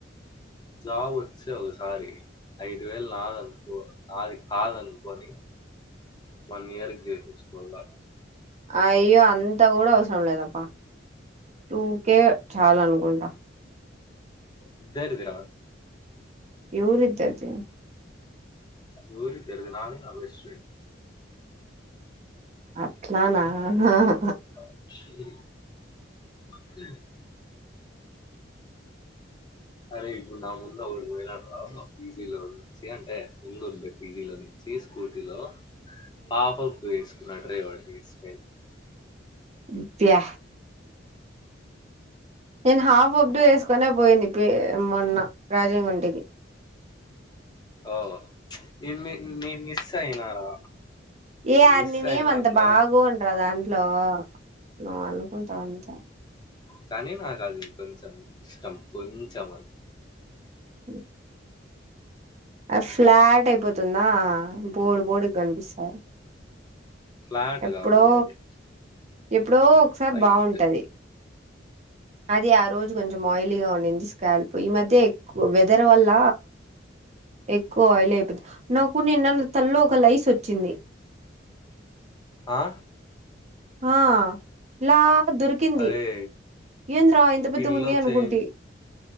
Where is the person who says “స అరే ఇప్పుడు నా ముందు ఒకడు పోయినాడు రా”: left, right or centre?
Left